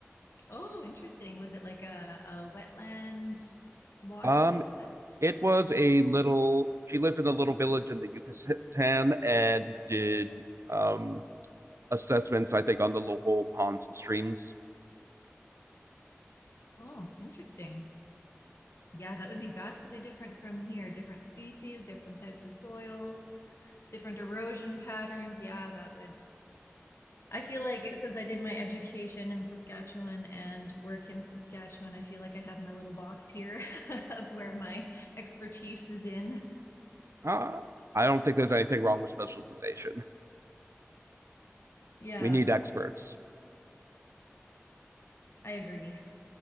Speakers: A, on the left (about 65°); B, on the right (about 75°).
A: oh interesting was it like a, a wetland water
B: Um,
A: type assessment
B: it was a little, she lives in a little village in the Yucatan and did um, assessments, I think, on the local ponds and streams.
A: oh interesting yeah that would be vastly different from here different species different types of soils different erosion patterns yeah that would I feel like since I did my education in Saskatchewan and work in Saskatchewan, I feel like I have my little box here <laughs> of where my expertise is in.
B: Uh, I don't think there's anything wrong with specialization.
A: Yeah,
B: We need experts.
A: I agree.